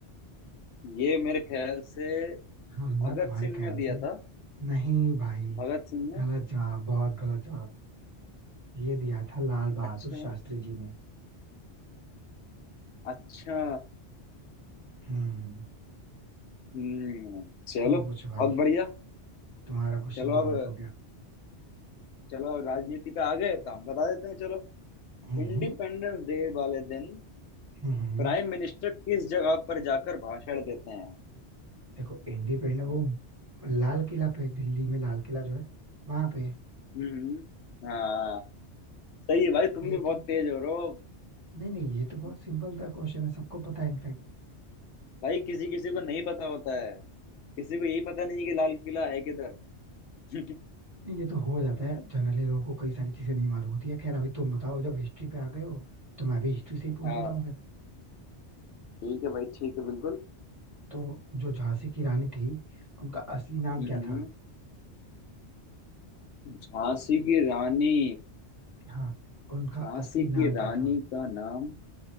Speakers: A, on the left; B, on the right.
A: ये मेरे ख्याल से
B: हाँ ना
A: भगत
B: तुम्हारे
A: सिंह
B: ख्याल
A: ने दिया
B: से
A: था
B: नहीं भाई
A: भगत सिंह ने
B: गलत जवाब बहुत गलत जवाब ये दिया था लाल बहादुर
A: अच्छा
B: शास्त्री जी ने
A: अच्छा
B: हम्म
A: हम्म चलो
B: तुम
A: बहुत
B: पूछो भाई
A: बढ़िया
B: तुम्हारा क्वेश्चन
A: चलो
B: तो गलत
A: अब
B: हो गया
A: चलो अब राजनीति पे आ गए तो हम बता देते हैं चलो
B: हम्म
A: इंडिपेंडेंस डे वाले दिन
B: हम्म हम्म।
A: प्राइम मिनिस्टर किस जगह पर जाकर भाषण देते हैं
B: देखो इंडिपेंडेंस वो लाल किला पे दिल्ली में लाल किला जो है वहां पे
A: हम्म हाँ सही है भाई तुम
B: ये
A: भी बहुत
B: तो
A: तेज हो रहे हो
B: नहीं नहीं ये तो बहुत सिंपल
A: <laughs>
B: सा क्वेश्चन है सबको पता है इनफैक्ट
A: भाई किसी किसी को नहीं पता होता है किसी को यही पता नहीं है कि लाल किला है किधर <laughs>
B: ये तो हो जाता है जनरली लोगों को कई सारी चीजें नहीं मालूम होती है खैर अभी तुम बताओ जब हिस्ट्री पे आ गए हो तो मैं भी हिस्ट्री से ही पूछ
A: हाँ
B: लेता हूँ फिर
A: ठीक है भाई ठीक है बिल्कुल
B: तो जो झांसी की रानी थी उनका असली नाम
A: हम्म
B: क्या था
A: झांसी की रानी
B: हाँ उनका
A: झांसी
B: असली
A: की
B: नाम
A: रानी
B: क्या था
A: का नाम